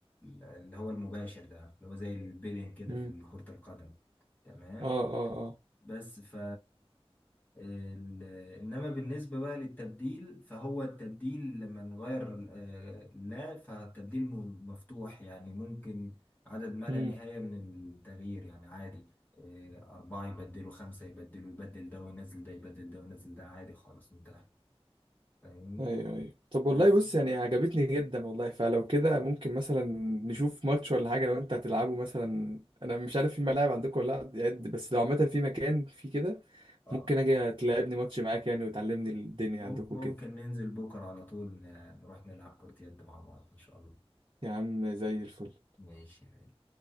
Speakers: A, on the left; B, on the right.
A: اللي هو المباشر ده اللي هو زي البيلين كده
B: امم
A: في كرة القدم تمام
B: اه اه اه
A: بس ف ال... انما بالنسبه بقى للتبديل فهو التبديل لما نغير آه، لا فالتبديل م- مفتوح يعني ممكن عدد ما
B: مم.
A: لا نهايه من التغيير يعني عادي آه، أربعة يبدلوا خمسة يبدلوا يبدل ده وينزل ده يبدل ده وينزل ده عادي خالص انتهى فاهمني
B: ايوه ايوه طب
A: بس
B: والله بص يعني عجبتني جدا والله فلو كده ممكن مثلا نشوف ماتش ولا حاجه لو انت هتلعبه مثلا انا مش عارف في ملاعب عندكم ولا لا يعني بس لو عامه في مكان في كده
A: اه
B: ممكن اجي تلعبني ماتش معاك يعني وتعلمني الدنيا
A: مم-
B: عندكم
A: ممكن
B: كده
A: ننزل بكرة على طول ن- نروح نلعب كرة يد مع بعض إن شاء الله
B: يا عم زي الفل
A: ماشي يا غالي.